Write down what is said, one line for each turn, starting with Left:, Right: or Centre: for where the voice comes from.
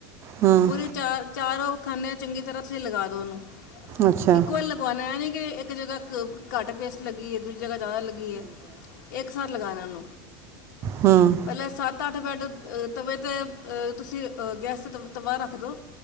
Right: ਹੂੰ
Left: ਪੂਰੀ ਚਾਰ ਚਾਰ ਖਾਨੇ ਚੰਗੀ ਤਰ੍ਹਾਂ ਤੁਸੀਂ ਲਗਾ ਦੋ ਉਹਓਨੂੰ।
Right: ਅੱਛਾ
Left: ਇੱਕ ਵਾਰ ਲਗਵਾਉਣਾ ਨੀ। ਕਿ ਇੱਕ ਜਗ੍ਹਾ ਘੱਟ ਪੇਸਟ ਲੱਗੀ ਹੈਏ ਦੂਜੀ ਜਗ੍ਹਾ ਜ਼ਿਆਦਾ ਲੱਗੀ ਹੈ ਇੱਕ ਸਾਲ ਲਗਾ ਵਣ
Right: ਹੂੰ
Left: ਪਹਿਲਾਂ ਸਤ ਅੱਠ ਬੈਠ ਤਵੇ ਤੇ ਅ ਤੁਸੀਂ ਗੈਸ ਤੇ ਤਬਾਹ ਰੱਖਦੋ